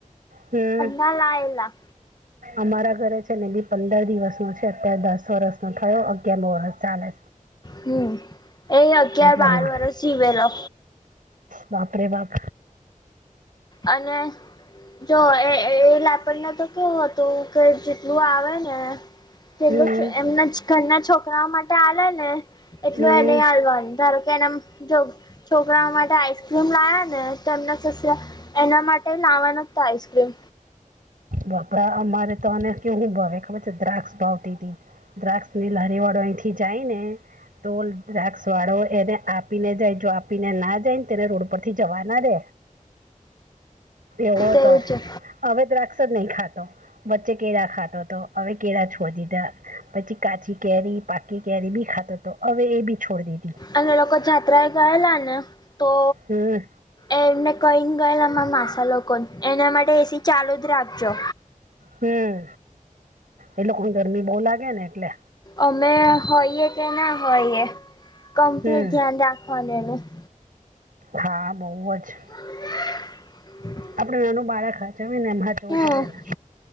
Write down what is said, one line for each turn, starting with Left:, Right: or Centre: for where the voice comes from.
Right: હમ.
Left: તા લાયેલા
Right: અમારા ઘરે છે, ને બી પંદર દિવસનો છે. દસ વર્ષનો થયો અગયારનો વર્ષ ચાલે
Left: હમ એ અગિયાર
Right: છે એટલો
Left: બાર
Right: નાનો
Left: વર્ષ જીવેેલો
Right: બાપરે બાપ
Left: અને જો એ એ <unintelligible> તો કેવું હતું કે જેટલું આવે ને તેટલુ
Right: હમ
Left: એમના ઘરના છોકરાઓ માટે આલે ને એટલું
Right: હમ
Left: એને હાલવાનું ધારો કે એના જો છોકરાઓ માટે આઈસ્ક્રીમ લાયા ને તેમના સસરા એના મા ટે લાવા નતા આઈસ્ક્રીમ
Right: બાપરા અમારે તો આને કેવુ ભાવે ખબર છે, દ્રાક્ષ ભાવતીતી દ્રાક્ષ ની લારી વાળો અહીંથી જાય ને તો દ્રાક્ષવાળો એને આપીને જાય જો આપીને ના જાય ને તેને રોડ પરથી જવા ના દે એવો
Left: તેવું
Right: તો
Left: છે
Right: અવે દ્વા ની ખાતો વચ્ચે કેળા ખાતો હતો હવે કેળા છો દીધા પછી કાચી કેરી પાકી કેરી બી ખાતોતો હવે એ બી છોડી દી
Left: અને લોકો જાત્રા એ ગયેલા ને તો.
Right: હમ
Left: એ એમને કહી ને ગયેલ અમા માસા લોકો એના માટે એસી ચાલુ જ રાખજો.
Right: હમ એ લોકોને ગરમી બો લાગે ને એટલે
Left: અમે હોઈએ કે ના હોઈએ કમ્પ્લીટ
Right: હમ
Left: ધ્યાન રાખવાનું એનું
Right: હા બઉ જ
Left: <inaudible>
Right: આપડે એનું બાળક હાચવીને એમ હાચવુ
Left: હમ
Right: પડે એને.